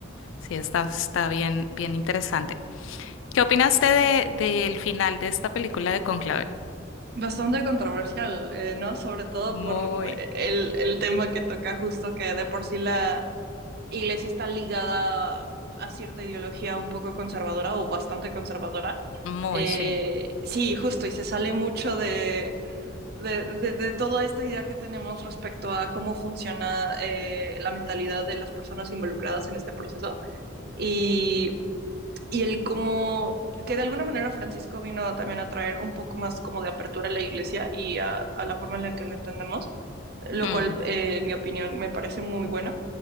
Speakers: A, on the left; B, on the right.
A: sí, está, está bien, bien interesante. ¿Qué opinaste de, del final de esta película de Conclave?
B: Bastante controversial, eh, ¿no? Sobre todo
A: Muy,
B: por eh, el, el tema que toca justo que de por sí la iglesia está ligada a cierta ideología un poco conservadora o bastante conservadora.
A: muy,
B: Eh,
A: sí.
B: sí, justo, y se sale mucho de, de, de- de toda esta idea que tenemos respecto a cómo funciona eh, la mentalidad de las personas involucradas en este proceso. Y y el como que de alguna manera Francisco vino también a traer un poco más como de apertura a la iglesia y a, a la forma en la que lo entendemos, lo
A: Mm.
B: cual eh, en mi opinión me parece muy bueno.